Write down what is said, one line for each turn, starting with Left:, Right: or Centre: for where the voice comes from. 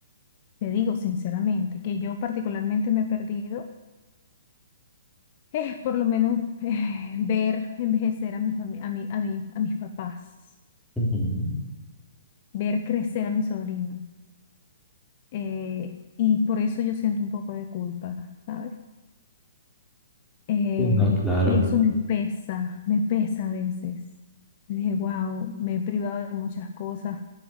Left: te digo sinceramente, que yo particularmente me he perdido eh, por lo menos eh, ver envejecer a mi fami- a mi, a mi- a mis papás,
Centre: Ujú.
Left: ver crecer a mi sobrino. eh, y por eso yo siento un poco de culpa, ¿sabes? Eh,
Centre: Uh, No, claro.
Left: y eso me pesa, me pesa a veces. Dije, wow, me he privado de muchas cosas,